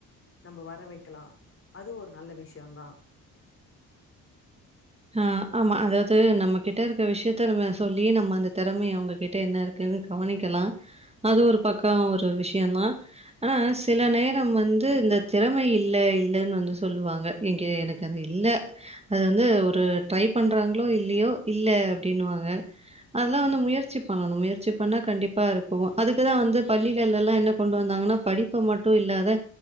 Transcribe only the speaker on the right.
ஆ ஆமா அதாவது நம்ம கிட்ட இருக்க விஷயத்த நம்ம சொல்லி நம்ம அந்த தெறமை அவுங்ககிட்ட என்ன இருக்குன்னு கவனிக்கலா அது ஒரு பக்கோ ஒரு விஷயந்தான் ஆனா சில நேரம் வந்து இந்த திறமை இல்ல இல்லன்னு வந்து சொல்லுவாங்க இங்க எனக்கு அது இல்ல அது வந்து ஒரு ட்ரை பண்றாங்களோ இல்லையோ இல்ல அப்டினுவாங்க அதெல்லா வந்து முயற்சி பண்ணணு முயற்சி பண்ணா கண்டிப்பா இருக்கு அதுக்கு தா வந்து பள்ளிகளலெல்லா என்ன கொண்டு வந்தாங்கன்னா படிப்ப மட்டு இல்லாத